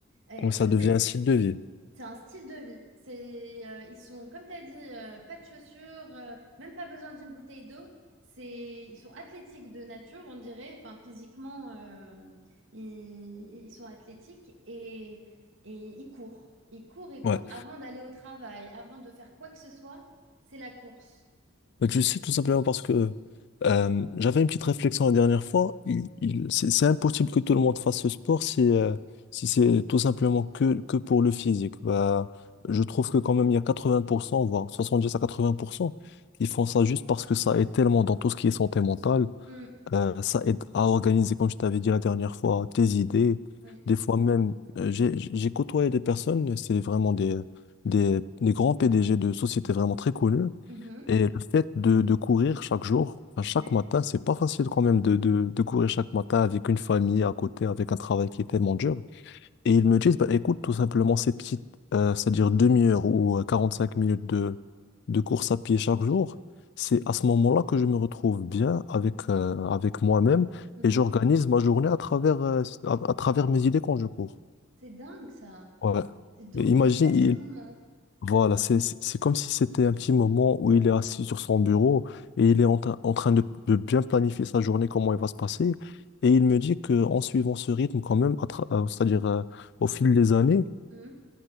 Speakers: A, on the right (about 65°); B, on the left (about 55°).
A: Euh, Et
B: Donc ça
A: comme
B: devient un style de vie.
A: c'est un style de vie. C'est, euh, ils sont, comme tu as dit, euh, pas de chaussures, euh, même pas besoin d'une bouteille d'eau. C'est, ils sont athlétiques de nature, on dirait. Enfin, physiquement, euh, ils, ils sont athlétiques et, et ils courent. Ils courent, ils courent
B: Ouais.
A: avant d'aller au travail, avant de faire quoi que ce soit. C'est la course.
B: Mais tu sais, tout simplement parce que euh, j'avais une petite réflexion la dernière fois. Il, il- c'est c'est impossible que tout le monde fasse ce sport si, euh, si c'est tout simplement que, que pour le physique. Bah, je trouve que quand même, il y a 80%, voire 70 à 80%, qui font ça juste parce que ça aide tellement dans tout ce qui est santé mentale.
A: Mm,
B: Euh, ça aide à organiser, comme je t'avais dit la dernière fois, tes idées.
A: oui.
B: Des fois même, euh, j'ai, j'ai côtoyé des personnes, c'est vraiment des, des, des grands PDG de sociétés vraiment très connues
A: Mhm.
B: et le fait de, de courir chaque jour, enfin, chaque
A: Ouais.
B: matin, c'est pas facile quand même de, de, de courir chaque matin avec une famille à côté, avec un travail qui est tellement dur. Et ils me disent, bah, écoute, tout simplement, cette petite, euh, c'est-à-dire demi-heure ou euh, cinq minutes de, de course à pied chaque jour, c'est à ce moment-là que je me retrouve bien avec, euh, avec moi-même
A: Mhm.
B: et j'organise ma journée à travers, euh, à, à travers mes idées quand je cours.
A: C'est dingue, ça.
B: Ouais.
A: Et Donc,
B: Et imagine,
A: ils prennent ce moment.
B: voilà, c'est c'est- c'est comme si c'était un petit moment où il est assis sur son bureau et il est en, tra- en train de, de bien planifier sa journée, comment elle va se passer. Et il me dit qu'en suivant ce rythme quand même, à tra- euh, c'est-à-dire euh, au fil des années,
A: Mm,